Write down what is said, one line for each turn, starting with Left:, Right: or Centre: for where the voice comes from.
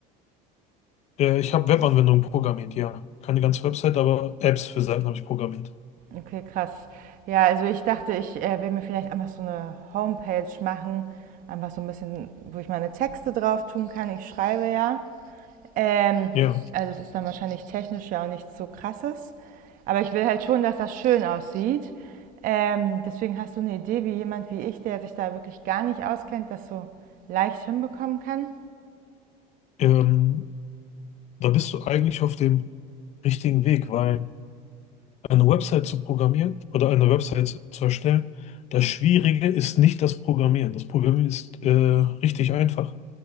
Left: Äh, ich habe Webanwendungen programmiert, ja. Keine ganze Website, aber Apps für Seiten habe ich programmiert.
Right: Okay, krass. Ja, also ich dachte, ich äh, will mir vielleicht einfach so eine Homepage machen, einfach so ein bisschen, wo ich meine Texte drauf tun kann. Ich schreibe ja. Ähm,
Left: Ja.
Right: also es ist dann wahrscheinlich technisch ja auch nichts so krasses. Aber ich will halt schon, dass das schön aussieht. Ähm, deswegen hast du eine Idee, wie jemand wie ich, der sich da wirklich gar nicht auskennt, das so leicht hinbekommen kann?
Left: Ähm, da bist du eigentlich auf dem richtigen Weg, weil eine Website zu programmieren oder eine Website zu erstellen, das Schwierige ist nicht das Programmieren. Das Programmieren ist äh, richtig einfach.